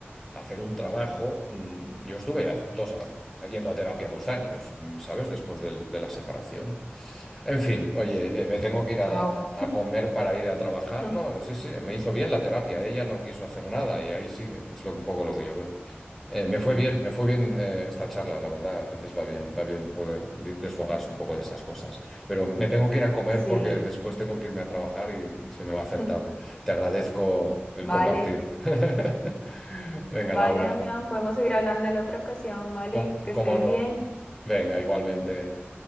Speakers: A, in the centre; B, on the left (about 20°).
A: hacer un trabajo. mm, Yo estuve a- dos, a- yendo a terapia dos años, mm, ¿sabes? Después del- de, la separación. En fin, oye, eh, me tengo que ir a,
B: Wow.
A: a a comer para ir a trabajar.
B: <laughs>
A: No, sí, sí, me hizo bien la terapia. Ella no quiso hacer nada y ahí sigue. Es lo, un poco lo que yo veo. Eh, me fue bien, me fue bien eh, esta charla, la verdad. A veces va bien, va bien poder di- desfogarse un poco de estas cosas. Pero me tengo que ir a comer
B: Sí.
A: porque después tengo que irme a trabajar y, y se me va a hacer
B: <laughs>
A: tarde. Te agradezco el compartir.
B: Vale,
A: <laughs> Venga,
B: vale,
A: Laura,
B: Damián, podemos seguir hablando en otra ocasión, vale,
A: com-
B: que
A: cómo
B: estés
A: no.
B: bien.
A: Venga, igualmente.